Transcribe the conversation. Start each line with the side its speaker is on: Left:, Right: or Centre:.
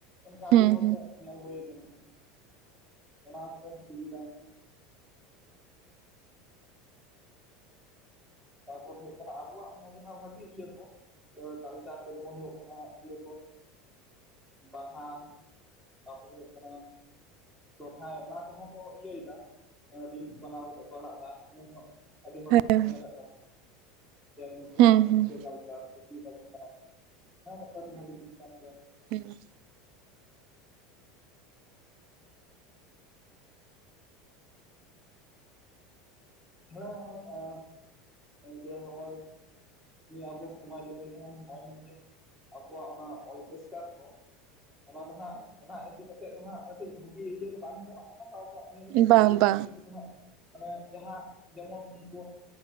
Centre: ᱚᱱᱠᱟ
Right: ᱦᱮᱸ
Centre: ᱟᱹᱰᱤ ᱦᱚᱲᱜᱮ
Right: ᱦᱮᱸ
Centre: ᱧᱮᱞ ᱦᱳᱭ ᱠᱟᱱᱟ ᱚᱱᱟ ᱦᱚᱸ ᱢᱤᱫᱴᱮᱱ ᱥᱩᱵᱤᱫᱷᱟ᱾ ᱛᱟᱯᱚᱨ ᱦᱩᱭᱩᱜ ᱠᱟᱱᱟ ᱟᱵᱚᱣᱟᱜ ᱢᱟᱱᱮ ᱡᱟᱦᱟᱸ ᱵᱷᱟᱹᱜᱤ ᱤᱭᱟᱹ ᱠᱚ ᱠᱟᱞᱪᱟᱨ ᱠᱚ ᱡᱚᱢᱚᱱ ᱦᱩᱭᱩᱜ ᱠᱟᱱᱟ ᱤᱭᱟᱹ ᱠᱚ ᱵᱟᱦᱟ ᱛᱟᱯᱚᱨᱮ ᱦᱩᱭᱩᱜ ᱠᱟᱱᱟ ᱥᱚᱨᱦᱟᱭ ᱚᱱᱟ ᱠᱚᱦᱚᱸ ᱠᱚ ᱤᱭᱟᱹᱭᱫᱟ ᱨᱤᱞᱥ ᱵᱟᱱᱟᱣ ᱠᱟᱛᱮ ᱠᱚ ᱟᱲᱟᱜ ᱫᱟ ᱤᱱᱟᱹ ᱦᱚᱸ ᱟᱹᱰᱤ ᱦᱚᱲ
Right: ᱦᱮᱸ
Centre: ᱠᱚᱠᱚ
Right: ᱦᱮᱸ
Centre: ᱧᱮᱞᱮᱫ ᱛᱟᱵᱚᱱᱟ ᱡᱮ ᱱᱩᱠᱩᱣᱟᱜ
Right: ᱦᱮᱸ
Centre: ᱫᱚ ᱱᱤᱝ ᱠᱟᱹ ᱠᱟᱞᱪᱟᱨ ᱠᱩᱥᱤᱭᱟᱛᱟ ᱵᱚᱱ ᱠᱟᱱᱟ ᱠᱚ ᱱᱚᱣᱟ ᱢᱤᱫᱴᱟᱝ ᱵᱷᱟᱜᱤ ᱫᱤᱠ ᱠᱟᱱ ᱜᱮᱭᱟ᱾
Right: ᱦᱩᱸ
Centre: <inaudible> ᱦᱮᱸ ᱦᱚᱸᱜᱚᱭᱮᱸ ᱡᱮ ᱦᱚᱸᱜᱚᱭ ᱱᱤᱭᱟᱹ ᱟᱵᱚ ᱥᱚᱢᱟᱡ ᱨᱮ ᱡᱮᱢᱚᱱ ᱱᱚᱜᱚᱭ ᱱᱤᱭᱟᱹ ᱡᱮ ᱟᱵᱚᱣᱟᱜ ᱚᱱᱟ ᱚᱞᱠᱮᱥᱴᱟᱨ ᱠᱚ ᱚᱱᱟ ᱫᱚ ᱦᱟᱸᱜ ᱚᱱᱟ ᱤᱫᱤ ᱠᱟᱛᱮᱫ ᱫᱚ ᱦᱟᱸᱜ ᱠᱟᱹᱴᱤᱡ ᱵᱷᱟᱹᱜᱤ ᱤᱭᱟᱹ ᱫᱚ ᱵᱟᱝ ᱪᱟᱞᱟᱜ ᱠᱟᱱᱟ ᱟᱵᱚᱣᱟᱜ ᱤᱭᱟᱹ ᱞᱟᱹᱜᱤᱫ
Right: ᱦᱮᱸ
Centre: ᱫᱚ
Right: ᱵᱟᱝ
Centre: ᱵᱷᱚᱵᱤᱥᱚᱛ
Right: ᱵᱟᱝ
Centre: ᱞᱟᱹᱜᱤᱫ ᱫᱚ ᱦᱟᱸᱜ ᱢᱟᱱᱮ ᱡᱟᱦᱟᱸ ᱡᱮᱢᱚᱱ ᱩᱱᱠᱩ